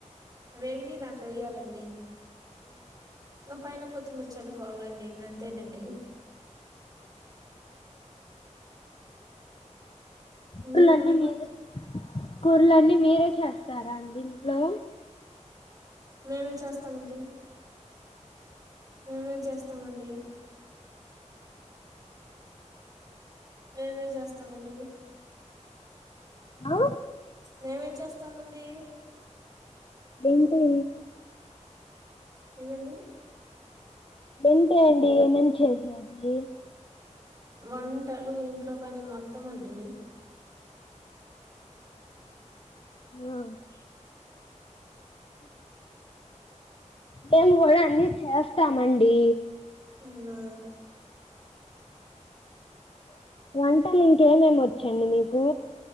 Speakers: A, on the right (about 30°); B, on the left (about 45°).
A: వేగినీ దాంట్లో వేయ్యాలండి ఒక పైన కొత్తిమీర చల్లుకోవాలండి ఇంక అంతేనండి <inaudible> మీరు
B: కూరలన్నీ
A: మీకు
B: మీరే కూరలన్నీ మీరే చేస్తార అండి ఇంట్లో
A: మేమే చేస్తామండి మేమే చేస్తామండి మేమే చేస్తామండి
B: ఆ
A: మేమే చేస్తామండి
B: ఏంటి
A: ఏమండి
B: ఏంటే అండి ఏమేం చేసేది
A: వంటలు ఇంట్లో పని మొత్తం అండి స
B: ఆ మేము కూడ అన్నీ చేస్తామండి
A: అవునా
B: వంటలు ఇంకేమేమి వచ్చండి మీకు